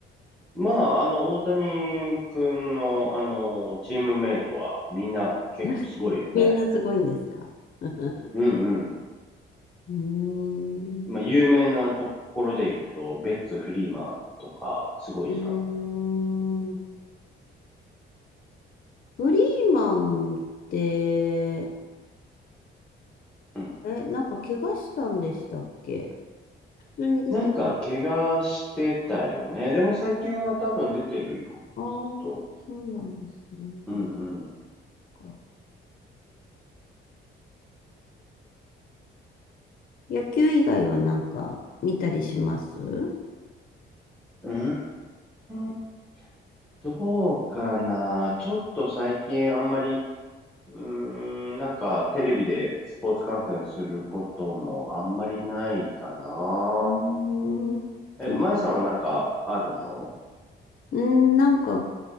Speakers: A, in the centre; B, on the left.
A: まあ、あの、大谷君の、あの、チームメイトはみんな結構すごいよね。
B: <laughs> みんなすごいんですか <laughs> う
A: うんうん。
B: ーん。
A: まあ、有名なところで行くと、ベッツ・フリーマンとか、すごいじゃん。
B: うーん。フリーマンって、
A: うん
B: え、なんか怪我したんでしたっけ普通に出てます。
A: なんか、怪我してたよね。でも最近は多分出てるよ。
B: ああ、
A: ずっと。
B: そうなんですね。
A: うんうん。
B: か野球以外はなんか見たりしますう
A: うーん。どうかな。ちょっと最近あんまり、うーん、なんかテレビでスポーツ観戦することもあんまりないかな。
B: ーん。そう
A: え、舞さんはなんかあるの
B: うーん、なんか